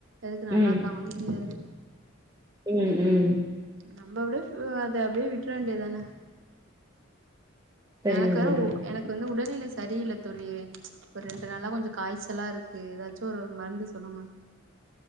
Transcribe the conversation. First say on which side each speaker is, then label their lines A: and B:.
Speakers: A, on the right; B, on the right.
A: எதுக்கு நல்லா
B: ம்
A: இருக்காங்கன்னு தெரியாது
B: ம் ம்
A: நம்ப அப்டே பல அத அப்டே விட்ற வேண்டிய தான
B: சரிங்க
A: எனக்கு வேற
B: தோழி
A: ஒ எனக்கு வந்து உடல்நிலை சரியில்ல தோழி ஒரு ரெண்டு நாளா கொஞ்சம் காய்ச்சலா இருக்கு எதாச்சும் ஒரு மருந்து சொல்லுங்க